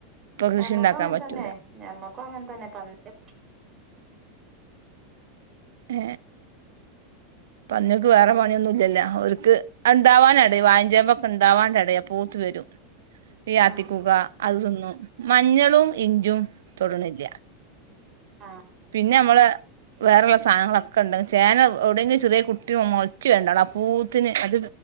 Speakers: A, on the right; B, on the right.
A: കൃഷി
B: മ്മക്കും
A: ഉണ്ടാക്കാൻ
B: അങ്ങനെ
A: പറ്റൂല
B: തന്നെ മ്മക്കും അങ്ങനെ തന്നെ പന്ന
A: ഹ പന്നിയക്ക് വേറെ വ അങ്ങനൊന്നുമല്ല അവർക്ക് ഉണ്ടാവാനട വായ്ചേമ്പ ഒക്കെ ഉണ്ടാവാൻടയാ പൂത്ത് വരും വ്യാത്തിക്കുക
B: ആഹ്
A: അതൊന്നും മഞ്ഞളും ഇഞ്ചും തൊടന്നില്ല
B: ആഹ
A: പിന്നെ നമ്മള് വേറെള്ള സാധനങ്ങളൊക്കെ ഉണ്ട് ചേന ഒടങ്ങി ചെറിയ കുട്ടിയമ്മ ഒളച്ചു വേണ്ടള ആ പൂത്തിന് അത്